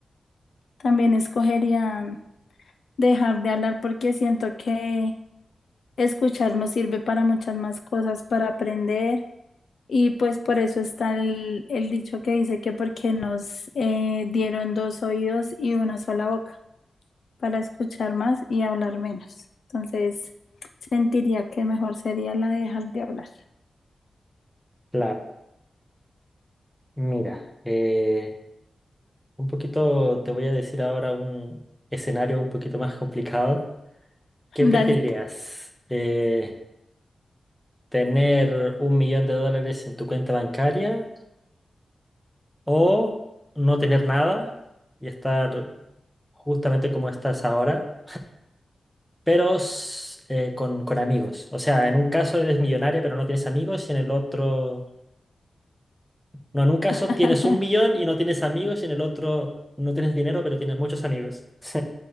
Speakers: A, on the left; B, in the centre.
A: También escogería dejar de hablar porque siento que escuchar nos sirve para muchas más cosas, para aprender Y pues por eso está el, el dicho que dice que porque nos eh, dieron dos oídos y una sola boca para escuchar más y hablar menos. Entonces, sentiría que mejor sería la de dejar de hablar.
B: Claro. Mira, eh, un poquito te voy a decir ahora un escenario un poquito más complicado. ¿Qué
A: Dale.
B: preferirías? Eh, ¿tener un millón de dólares en tu cuenta bancaria o no tener nada y estar justamente como estás ahora, pero s- eh, con, con amigos? O sea, en un caso eres millonaria pero no tienes amigos y en el otro... No, en un caso
A: <laughs>
B: tienes un millón y no tienes amigos y en el otro no tienes dinero pero tienes muchos amigos. <laughs>